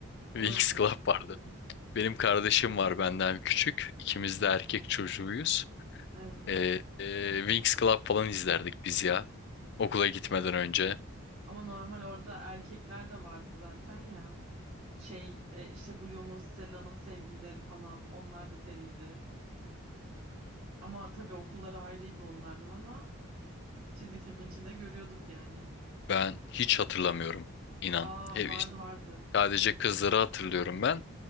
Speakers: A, on the right; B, on the left.
A: O
B: Winx
A: da aşırı
B: Club
A: güzeldi.
B: vardı. Benim kardeşim var benden küçük. İkimiz de erkek çocuğuyuz.
A: Evet.
B: Ee, e, Winx Club falan izlerdik biz ya. Okula gitmeden önce.
A: Ama normal orada erkekler de vardı zaten ya. Şey e, işte Bloom'un, Stella'nın sevgilileri falan onlar da periydi. Ama tabii okulları ayrıydı onlardan ama çizgi filmin içinde görüyorduk yani.
B: Ben hiç hatırlamıyorum inan.
A: Aa
B: He-
A: vardı vardı.
B: sadece kızları hatırlıyorum ben.